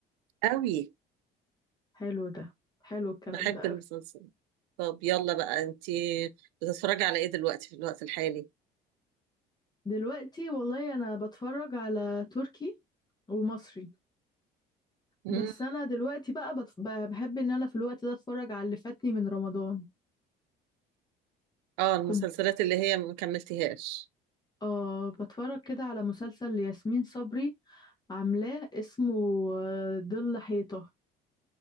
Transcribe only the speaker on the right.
قوي
بحب
المسلسل طب يلا بقى انت بتتفرجي على ايه دلوقتي في الوقت الحالي
مم.
اه المسلسلات
اللي هي ما كملتهاش